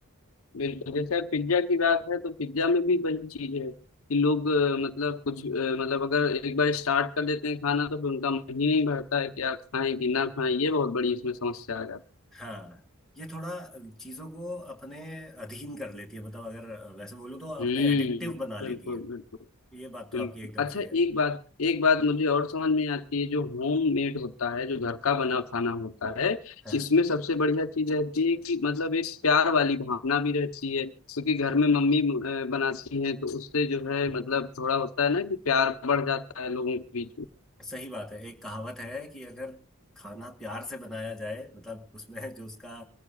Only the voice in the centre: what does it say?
हाँ ये थोड़ा चीजों को अपने अधीन कर लेती है मतलब अगर वैसे बोलूँ तो अपने
एडिक्टिव बना लेती
है
ये बात तो
आपकी एकदम
सही है
हाँ
हाँ।
सही बात है एक कहावत है कि अगर खाना प्यार से बनाया जाए मतलब उसमें जो उसका